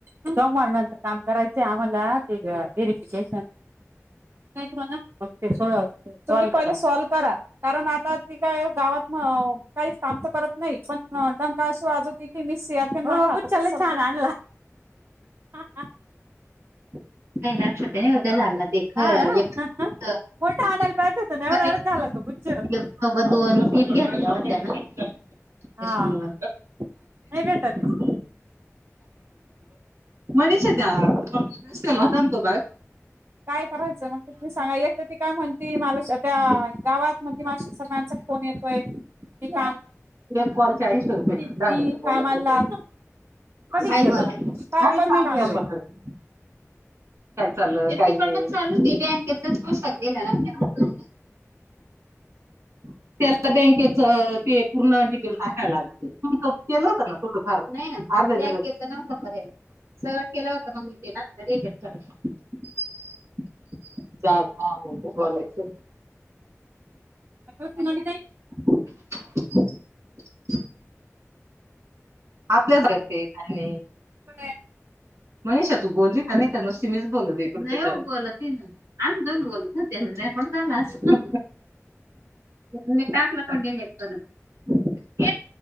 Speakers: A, on the right (about 50°); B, on the right (about 70°).
A: सोमवार नंतर काम करायचय आम्हाला ते व्हेरिफिकेशन. काय करू आता तुम्ही पहिले सॉल्व करा कारण आता ती काय गावात नं काहीचं काम तर करत. नाही पण डंका अशी वाजवते की की मी सी यार पी हो गुच्छा लय छान आणला. हा हा.
B: काही लक्षात आहे उद्या लागला देख. <unintelligible>
A: हा ना? मोठा आणायला पाहिजे होता ना एवढा एवढाच झाला तो गुच्छ
B: व दोन पीस घेतल्यावर.
A: हा नाही भेटत ते.
B: <unintelligible> मनीषा त्या <unintelligible> केलां होतं ना तो बाग.
A: काय करायचं मग ते तुम्ही सांगा एक तर ती काय म्हणती मला त्या गावात मध्ये मासी सगळ्यांचा फोन येतोय की काम
B: एक कॉल चाळीस रुपये
A: मी
B: दहा मिनट बोलायचा.
A: कामाला कधी
B: काय बोलायचं.
A: गेलो काय
B: <unintelligible>
A: काहीच नाही करू काम? केलं.
B: तिकडनं चालू बँकेचाच पूस्तक गेला ना. आपल्याला. त्याला बँकेच ते पूर्ण जी केल टाकायला लागतय केलं हो ना तू नाही ना बँकेचे नाव सांगा तरी सगळं केलावा का सांगीतलेला. <unintelligible> <unintelligible> बोलायचा.
A: सोनाली ताई,
B: हा आपल्याच करते काय नाही
A: कुठाय?
B: मनीषा तू बोलली का नाय काय नुसती मीच बोलिते. नाही हो बोलत ती ना आम दोन बोलत होते रेकॉर्ड झाला असेल. म्हणजे दाखला तोडलेले आहेत परत.